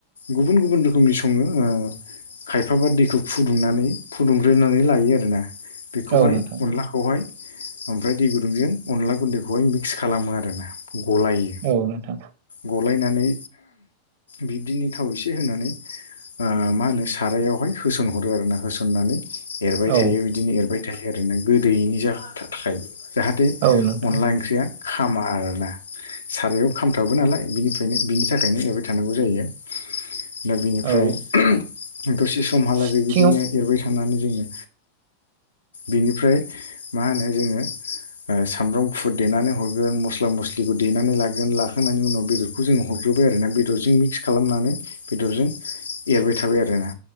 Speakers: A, on the left; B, on the right.
A: गुबुन गुबुन रोखोमनि सङो ओ खायफाबा दैखौ फुदुंनानै फुदुंग्रोनानै लायो आरोना बेखौहाय
B: औ नोंथां
A: अनलाखौहाय ओमफ्राय दै गुदुंजों अनला गुन्दैखौहाय मिक्स खालामो आ रोना गलायो
B: औ नोंथां
A: गलायनानै बिब्दिनो थाव एसे होनानै ओ मा होनो सारायावहाय होसनहरो आरो ना होसननानै एरबाय
B: औ
A: थायो बिदिनो एरबाय थायो आरोना गोदैयैनि जा थाखाय जाहाथे
B: औ नोंथां
A: अनला ओंख्रिया खामा आरोना सारायाव खामथाबो नालाय बिनिफ्रायनो बिनि थाखायनो एरबाय थानांगौ जायो। दा बेनिफ्राय
B: औ
A: उम दसे समहालागै
B: सिथिङाव
A: बिदिनो एरबाय थानानै जोङो बिनिफ्राय मा होनो जोङो सामब्राम गुफुर देनानै हर गोन मस्ला मस्लिखौ देनानै लागोन लाखांनायनि उनाव बेदरखौ जोङो हरग्रोबाय आरो ना बेदरजों मिक्स खालामनानै बेदरजों एरबाय थाबाय आरोना